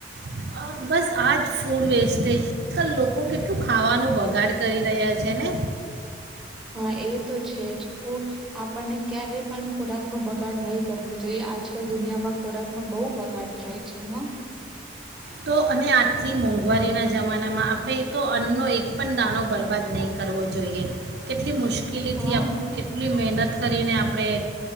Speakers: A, on the right; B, in the centre.
A: અ, બસ આ જ ફૂડ વેસ્ટેજ આજકાલ લોકો કેટલું ખાવાનું બગાડ કરી રહ્યા છે ને
B: હા એ તો છે જ ફુ આપણને ક્યારેય પણ ખોરાક નો બગાડ નહી કરવું જોઈએ આજ કલ દુનિયામાં ખોરાક નો બહુ બગાડ થાય છે હ
A: તો અને આટલી મોંઘવારીના જમાનામાં આપણે તો અન્નનો એક પણ દાણો બરબાદ નહીં કરવો જોઈએ કેટલી મુશ્કેલી કેલી ધી
B: હા
A: આપણે કેટલી મહેનત કરીને આપણે